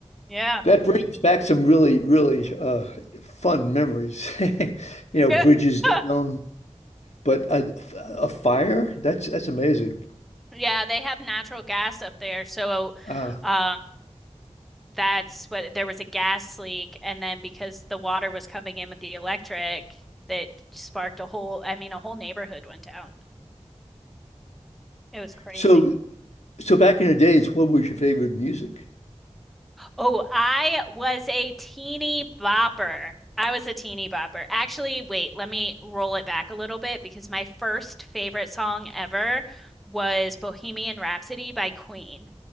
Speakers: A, in the centre; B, on the left.
A: Yeah.
B: That brings back some really, really uh, fun memories. <laughs> You know,
A: <laughs>
B: bridges down, but a, a fire? That's that's amazing.
A: Yeah, they have natural gas up there. So,
B: Uh,
A: um, that's what there was a gas leak, and then because the water was coming in with the electric, that sparked a whole, I mean, a whole neighborhood went down. It was crazy.
B: so so back in the days, what was your favorite music?
A: Oh, I was a teeny bopper. I was a teeny bopper. Actually, wait, let me roll it back a little bit because my first favorite song ever was Bohemian Rhapsody by Queen.